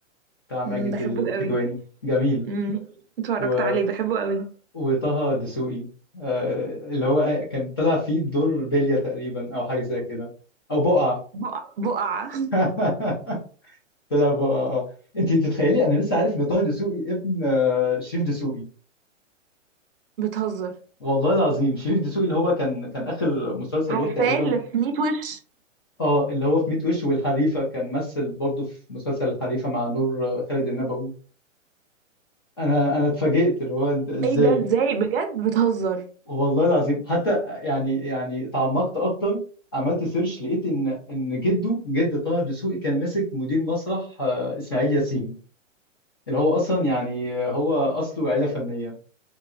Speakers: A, on the left; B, on the right.
A: بتاع ماجد
B: مم، بحبه
A: الكدواني
B: قوي
A: جميل
B: امم اتفرجت
A: و...
B: عليه بحبه قوي
A: وطه دسوقي أه اللي هو كان طلع فيه بدور بلية تقريبا أو حاجة زي كده أو بقعة
B: بقع بقعة
A: <laughs> طلع بقعة اه انت تتخيلي انا لسه عارف ان طه دسوقي ابن آه، شريف دسوقي
B: بتهزر
A: والله العظيم شريف دسوقي اللي هو كان كان اخر مسلسل
B: عارفاه
A: له تقريبا
B: اللي في 100 وش
A: اه اللي هو في ميت وش والحريفه كان مثل برضه في مسلسل الحريفه مع نور آه، خالد النبوي انا انا اتفاجئت اللي هو انت ازاي
B: ايه ده ازاي بجد بتهزر
A: والله العظيم حتى يعني يعني تعمقت اكتر عملت سيرش لقيت ان ان جده جد طه دسوقي كان ماسك مدير مسرح آه، اسماعيل ياسين اللي هو اصلا يعني آه، هو اصله عيله فنيه